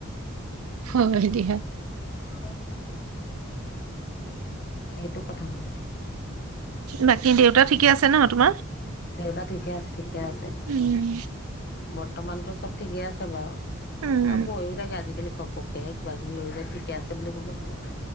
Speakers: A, on the right; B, on the left.
A: হয়, দিয়া।
B: <inaudible> সেইটো কথা হ'ল নে?
A: বাকী দেউতা ঠিকে আছে ন তোমাৰ?
B: দেউতা ঠিকে আছে, ঠিকে আছে।
A: উম।
B: বৰ্তমানতো চব ঠিকেই আছে। <inaudible>
A: উম,
B: তাত ভয়ো লাগে আজিকালি। ঘপকেহে কিবা কিবি হৈ যায়। ঠিকে আছে বুলি ক'বলৈ ভয় লগা